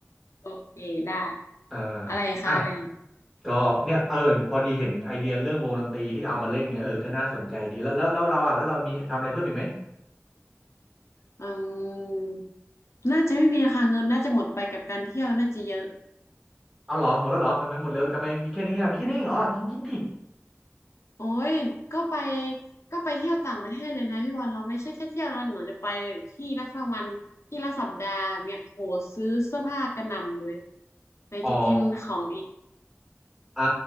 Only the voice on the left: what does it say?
โอเคได้
อะไรคะอะไรอีก
อืมน่าจะไม่มีคะคะเงินน่าจะหมดไปกับการเที่ยวน่าจะเยอะ
โอ้ยก็ไปก็ไปเที่ยวต่างประเทศเลยนะพี่บอลเราไม่ใช่แค่เที่ยวแล้วหนูจะไปที่ละสักวันที่ละสัปดาห์แบบเนี้ยโหซื้อเสื้อผ้ากระหน่ำเลยไหนจะกินของอีก